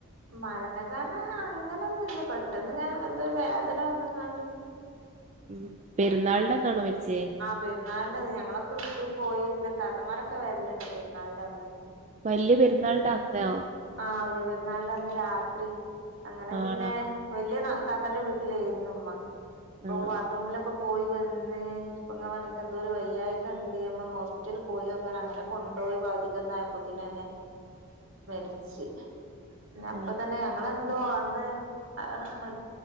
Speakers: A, on the right (about 60°); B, on the right (about 30°).
A: മരണകാരണം അങ്ങനൊന്നുല്ല പെട്ടന്നിങ്ങനെ എന്തോ ഒര് വേദന വന്നിങ്ങാണ്ട്
B: മ്മ് പെരുന്നാൾന്റന്നാണോ മരിച്ചേ?
A: പെരുന്നാൾന്റന്ന് ഞങ്ങളൊക്കെ വീട്ടി പോയി പിന്നെ താത്തമ്മാരൊക്കെ വര്ല്ണ്ട് പെരുന്നാൾന്റന്ന്
B: വല്ല്യപെരുന്നാൾന്റന്നോ?
A: ആഹ് വലിയപെരുന്നാൾന്റന്ന് രാത്രി അങ്ങനെ പിന്നെ
B: ആണോ
A: വല്ല്യ നാ താത്തന്റെ വീട്ടിലായിരുന്നുമ്മ ഇപ്പൊ
B: ആഹ്
A: ബാത്റൂമിലൊക്കെ പോ പോയി വന്ന് അപ്പം ങ്ങനെ പറഞ്ഞ് ഇന്ക് എന്തോ ഒരു വയ്യായിക ഇണ്ട് അമ്മ ഒന്ന് ഹോസ്പിറ്റലിൽ പോയി നോക്കാനാ അങ്ങനെ കൊണ്ടോയി ബാധിക്കുന്നായപ്പോത്തിനന്നെ മരിച്ച് പിന്നെ അപ്പ
B: ആഹ്
A: തന്നെ ഞങ്ങളത് എന്തോ അന്ന് ആഹ്